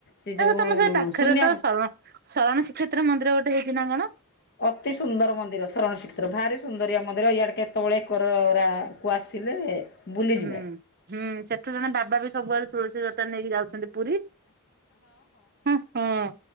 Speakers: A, on the left; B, on the right.
A: ସେ ଯୋଉ
B: ତମ ପାଖରେ
A: ଶୂନ୍ୟ
B: ତ ଶରଣ ଶରଣ ଶ୍ରୀକ୍ଷେତ୍ର ମନ୍ଦିର ଗୋଟେ ହେଇଛି ନା କଣ?
A: ଅତି ସୁନ୍ଦର ମନ୍ଦିର ଶରଣ ଶ୍ରୀକ୍ଷେତ୍ର ଭାରି ସୁନ୍ଦର। ମନ୍ଦିର ଇଆଡେ କେତେବେଳେ କରୋରା କୁ ଆସିଲେ। ବୁଲିଯିବେ।
B: ହୁଁ, ହୁଁ ସେଠୁ ଜଣେ ବାବା ବି ସବୁବେଳେ ତୁଳସୀ ଜଟା ନେଇକି ଯାଉଛନ୍ତି ପୁରୀ। ହଁ,